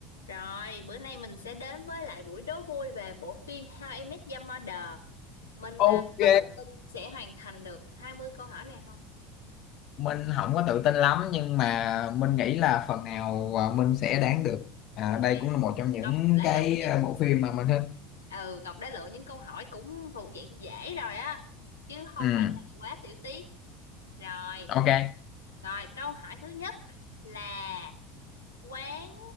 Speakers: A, on the left; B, on the left.
A: Rồi, bữa nay mình sẽ đến với lại buổi đố vui về bộ phim How I Met Your Mother. Mình
B: Ok,
A: à, có tự tin sẽ hoàn thành được 20 câu hỏi này không?
B: mình không có tự tin lắm nhưng mà mình nghĩ là phần nào à, mình sẽ đoán được. À,
A: Ok.
B: đây cũng là một trong những
A: Ngọc đã
B: cái
A: lựa những
B: à, bộ phim mà mình thích.
A: ừ, Ngọc đã lựa những câu hỏi cũng thuộc dạng dễ rồi á, chứ không
B: Ừ,
A: phải là quá tiểu tiết. Rồi,
B: ok.
A: rồi câu hỏi thứ nhất là quán